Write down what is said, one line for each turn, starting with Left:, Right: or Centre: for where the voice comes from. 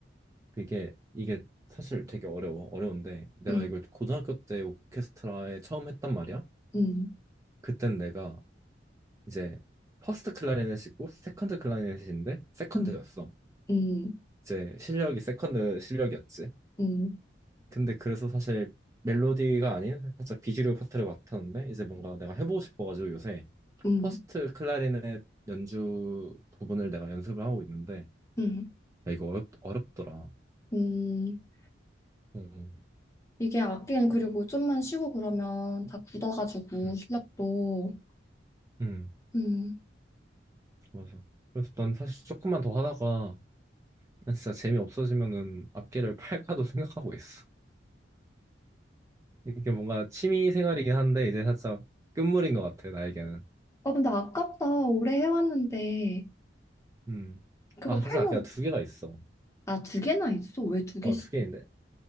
Right: 이게 이게 사실 되게 어려워 어려운데 내가
Left: 음,
Right: 이걸 고등학교 때 오케스트라에 처음 했단 말이야.
Left: 음.
Right: 그땐 내가 이제 퍼스트 클라리넷이고 세컨드 클라리넷인데 세컨드였어.
Left: 음. 음,
Right: 이제 실력이 세컨드 실력이었지.
Left: 음,
Right: 근데 그래서 사실 멜로디가 아닌 살짝 비주류 파트를 맡았는데 이제 뭔가 내가 해보고 싶어가지고 요새
Left: 음,
Right: 퍼스트 클라리넷 연주 부분을 내가 연습을 하고 있는데
Left: 음.
Right: 야, 이거 어렵, 어렵더라.
Left: 음, 음.
Right: 음,
Left: 이게 악기는 그리고 좀만 쉬고 그러면 다 굳어가지고
Right: 음,
Left: 실력도.
Right: 음.
Left: 음.
Right: 맞아. 그래서 난 사실 조금만 더 하다가 난 진짜 재미 없어지면은 악기를 팔까도 <laughs> 생각하고 있어. 이게 뭔가 취미 생활이긴 한데 이제 살짝 끝물인 것 같아 나에게는.
Left: 아, 근데 아깝다. 오래 해왔는데.
Right: 음.
Left: 그거
Right: 아
Left: 팔면,
Right: 사실 악기가 두 개가 있어.
Left: 아, 두 개나 있어? 왜 두 개씩?
Right: 어 두 개인데